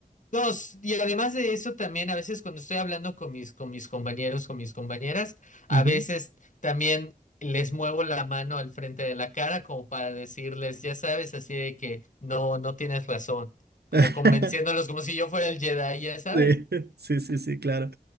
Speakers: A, on the left; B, on the right.
A: Dos, y además de eso también a veces cuando estoy hablando con mis, con mis compañeros, con mis compañeras, a
B: <laughs> Ujú.
A: veces también les muevo la mano al frente de la cara como para decirles, ya sabes, así de que no, no tienes razón, como
B: <laughs>
A: convenciéndolos como si yo fuera el Jedi, ya sabes.
B: Sí, <laughs> sí, sí, sí, claro.